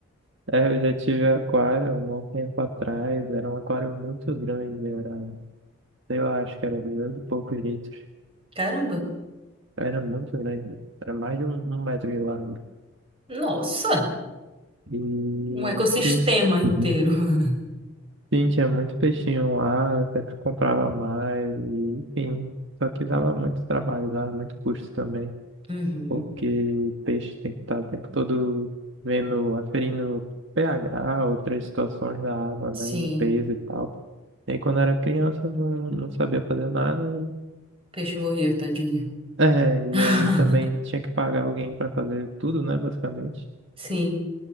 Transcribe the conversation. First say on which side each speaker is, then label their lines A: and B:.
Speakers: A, on the right; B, on the right.
A: é, eu já tive aquário há um bom tempo atrás, era um aquário muito grande, era, sei lá, acho que era 200 e poucos litros.
B: Caramba.
A: Era muito grande, era mais de um, um metro de largo.
B: Nossa,
A: E
B: um ecossistema
A: sim,
B: inteiro.
A: Uhum.
B: <laughs>
A: sim, tinha muito peixinho lá, sempre comprava mais, e, enfim. Só que dava muito trabalho, dava muito custo também.
B: Uhum.
A: porque o peixe tem que estar o tempo todo vendo, aferindo pH, outras situações da água,
B: Sim,
A: né, limpeza e tal. E aí, quando era criança, não, não sabia fazer nada. E,
B: peixe morria, tadinho.
A: é, e
B: <laughs>
A: aí também tinha que pagar alguém para fazer tudo, né, basicamente.
B: Sim.